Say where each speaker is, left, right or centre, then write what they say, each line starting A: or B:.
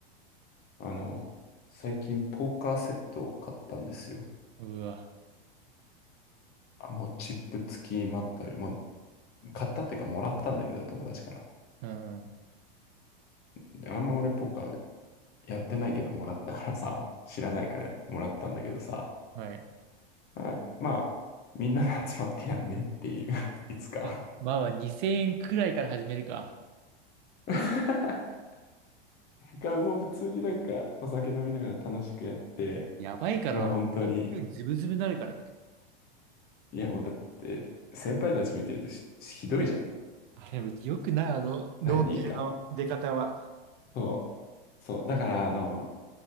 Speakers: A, on the left; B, on the right.
A: あの、最近ポーカーセットを買ったんですよ。
B: うわ。
A: あ、もうチップ付きマットある。もう買ったっていうかもらったんだけど、友達から。
B: うん。
A: で、あんま俺ポーカーやってないけどもらったからさ、知らないからもらったんだけどさ、
B: はい。
A: あまあ、みんなで集まってやんねっていう <laughs> いつか
B: えまあまあ2000円くらいから始めるか。
A: <laughs> が、もう普通になんかお酒飲みながら楽しくやって、
B: やばいから、
A: まあ本当に、
B: 遠くにズブズブになるからね。
A: いやもうだって、先輩たち見てるとしひどいじゃん。
B: あれ、よくない、あの、脳汁の出方は。
A: 何人か。そう。そう。だから、あの、